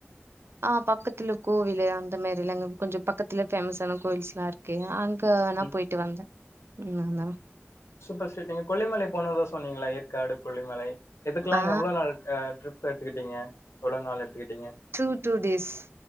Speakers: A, on the right; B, on the left.
A: ஆ பக்கத்துல கோவிலு அந்த மெரில்லங் கொஞ்சோ பக்கத்துல ஃபேமஸான கோயில்ஸ்லா இருக்கு அங்க வேணா
B: ம்
A: போயிட்டு வந்த ம் ஆமா
B: சூப்பர் சீ் நீங்க கொல்லிமலை போனதா சொன்னீங்களா ஏற்காடு கொல்லிமலை எதுக்கெல்லா
A: ஆ
B: எவ்வளோ நாள் ஆ ட்ரிப் ப்ப எடுத்துக்கிட்டீங்க எவ்ளோ நாள் எடுத்துக்கிட்டீங்க
A: டூ டூ டேஸ்